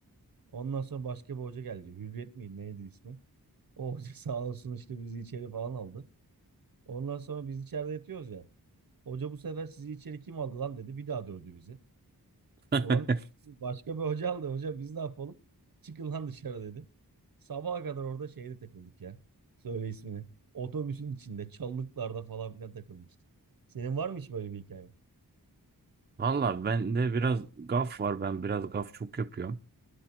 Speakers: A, on the right (about 65°); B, on the right (about 25°).
A: Ondan sonra başka bir hoca geldi. Hürriyet miydi neydi ismi? O hoca <laughs> sağ olsun işte bizi içeri falan aldı. Ondan sonra biz içeride yatıyoruz ya. Hoca bu sefer sizi içeri kim aldı lan dedi. Bir daha dövdü bizi.
B: <laughs>
A: Ulan başka bir hoca aldı. Hoca biz ne yapalım? Çıkın lan dışarı dedi. Sabaha kadar orada şeyde takıldık ya. Söyle ismini. Otobüsün içinde, çalılıklarda falan filan takılmıştık. Senin var mı hiç böyle bir hikaye?
B: Valla bende biraz gaf var. Ben biraz gaf çok yapıyorum.